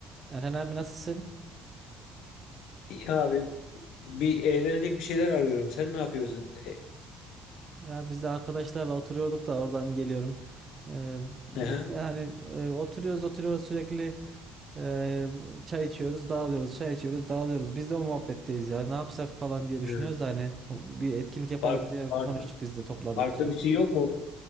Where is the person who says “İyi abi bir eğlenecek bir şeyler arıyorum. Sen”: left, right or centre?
Left